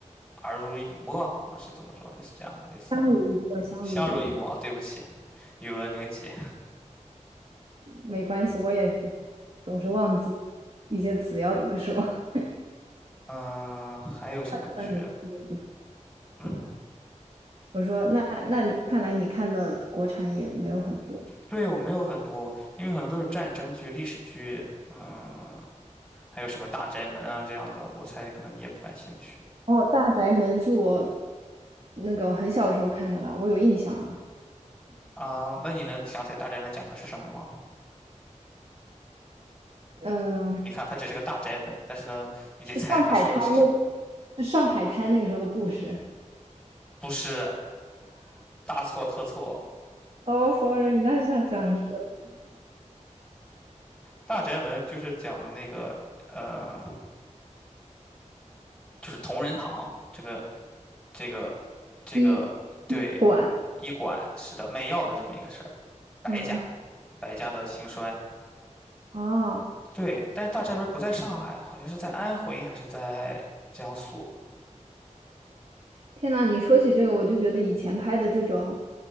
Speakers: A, in the centre; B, on the right.
A: 耳濡以沫啊，是怎么说？类似这样的，类似
B: 相濡以沫，相濡以沫，
A: 相濡以沫啊。对不起，语文零级。
B: 没关系，我也是，总是忘记一些词要怎么说。<laughs>
A: 嗯、还有什么剧？
B: 那看来你看也不
A: 嗯，
B: 对吧？我说那那你看来你看的国产也没有很多
A: 对，我没有很多，因为很多都是战争剧、历史剧，嗯，还有什么《大宅门》啊这样的，我猜可能你也不感兴趣
B: 哦，《大宅门》是我那个很小的时候看的啦，我有印象啊。
A: 啊。那你能想起来《大宅门》讲的是什么吗？
B: 嗯，
A: 你看，它只是个大宅门，但是呢，你得猜它说的是什么，
B: 是上海滩那，是上海滩那个时候的故事。
A: 不是大错特错。
B: 哦，sorry，那是他讲的是
A: 大宅门就是讲的那个，呃，就是同仁堂这个这个这个对
B: 一一馆，
A: 医馆是的卖药的这么一个事儿，白家
B: 嗯，
A: 白家的兴衰。
B: 哦。
A: 对，但是大宅门不在上海，好像是在安徽还是在江苏。
B: 天呐，你说起这个，我就觉得以前拍的这种，